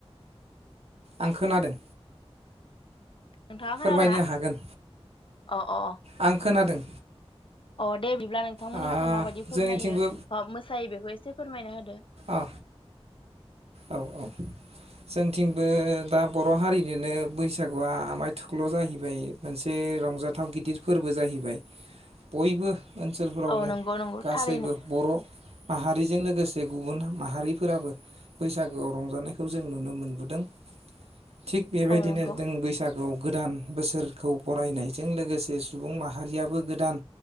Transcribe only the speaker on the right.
आं खोनादों
फोरमायनो
हागोन
आं
खोनादों
आ
जोंनिथिंबो
अ औ औ जोंथिंबो दा बर हारिनोनो बैसागुआ आमाय थुख्ल जाहैबाय मोनसे रंजाथाव गिदिर फोरबो जाहैबाय बयबो ओनसोलफोरावनो
गासैबो
बर' माहारिजों लोगोसे गुबुन माहारिफोराबो बैसागोआव रंजानायखौ जों नुनो मोनबोदों थिग बेबायदिनो
जों बैसागु गोदान बोसोरखौ बरायनायजों लोगोसे सुबुं माहारियाबो गोदान